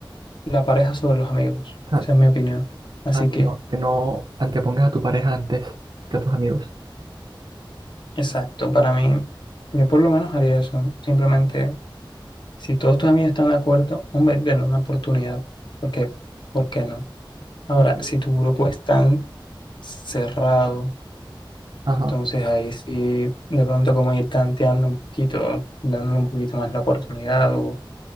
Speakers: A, on the left; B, on the right.
A: la pareja sobre los amigos,
B: O sea,
A: esa es mi opinión. Así
B: ah, que
A: que...
B: no, que no antepongas a tu pareja antes que a tus amigos.
A: Exacto, para mí, yo por lo menos haría eso. Simplemente, si todos tus amigos están de acuerdo, hombre, denle una oportunidad, porque, ¿por qué no? Ahora,
B: Ok.
A: si tu grupo es tan cerrado,
B: Ajá.
A: entonces ahí sí, de pronto como ir tanteando un poquito, dándole un poquito más la oportunidad o